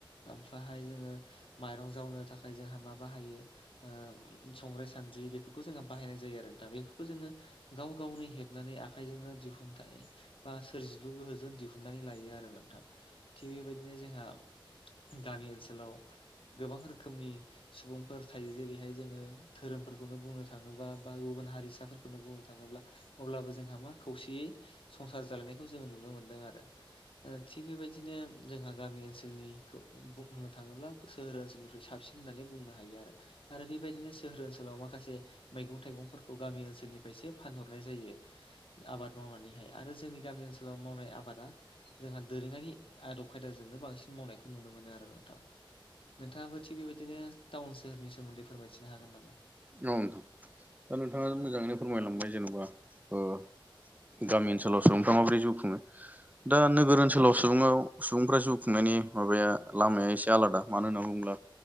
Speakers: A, on the left; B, on the right.
A: ओमफ्राहाय जोङो माइरं जावनो थाखाय जोंहा मा बाहायो ओ संग्राय सान्द्रि बेफोरखौ जोङो बाहायनाय जायो आरो दा बेफोरखौ जोङो गाव गावनो हेब बनानै आखाइजोंनो दिहुनथाय बा सोरजिलु गोहोजों दिहुननानै लायो आरो नोंथां। थिग बेबायदिनो जोंहा गामि ओन ओनसोलाव गोबां रोखोमनि सुबुंफोर थायो जेरैहाय जोङो धोरोमफोरखौनो बुंनो थ थाङोबा बा गुबुन हारिसाफोरखौनो बुंनो थाङोब्ला अब्लाबो जोंहा मा खौसेयै संसार जालायनायखौ जोङो नुनो मोनदों आरो ओ थिग बेबायदिनो जोंहा गामि ओनसोलनिखौ बुंनो थाङोब्ला सोहोर ओनसोलनिफ्राइ साबसिन होन्नानै बुंनो हायो आरो बेबायदिनो सोहोर ओनसोल ओनसोलाव माखासे मैगं थाइगंफोरखौ गामि ओनसोलनिफ्रायसो फानहरनाय जायो। आबाद मावनानैहाय आरो जोंनि गामि ओनसोलाव मावनाय आबादा जोंहा दोरोङारि आदब खायदाजोंनो बांसिन मावनायखौ नुनो मोनो आरो नोंथां। नोंथाङाबो थिग बेबायदिनो टाउन सोहोरनि सोमोन्दै फोरमायथिनो हागोन नामा?
B: नोंथां दा नोंथाङा मोजाङैनो फोरमायलांबाय जेन'बा ओ गामि ओनसोलाव सुबुंफ्रा माबोरै जिउ खुङो दा नोगोर ओनसोलाव सुबुङाव सुबुंफ्रा जिउ खुंनायनि माबाया लामाया एसे
A: <inaudible>
B: आलादा मानो होनना बुङोब्ला